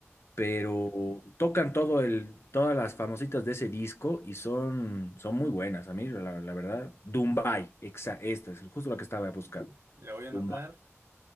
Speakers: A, on the left (about 60°); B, on the right (about 65°).
A: pero tocan todo el, todas las famositas de ese disco y son, son muy buenas. A mí, la, la verdad, Dumbai, exa- esta es justo la que
B: Mm,
A: estaba buscando.
B: ya. La voy a anotar.
A: Dumbai,